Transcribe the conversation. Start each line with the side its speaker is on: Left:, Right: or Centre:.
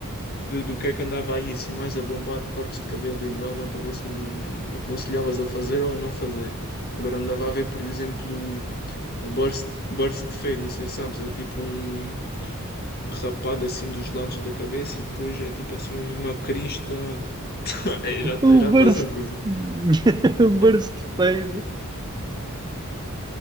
Left: de- do que é que andava aí, assim, mais a bombar de cortes de cabelo e de barba para ver se me aconselhavas a fazer ou a não fazer. Agora andava a ver, por exemplo, o burst, burst fade, não sei se sabes, é tipo um. rapado assim dos lados da cabeça e depois é tipo assim uma crista. <laughs> É, já, tá-
Right: Um
Left: já
Right: burst.
Left: estás a gozar.
Right: <laughs> Um
Left: Já-
Right: burst fade.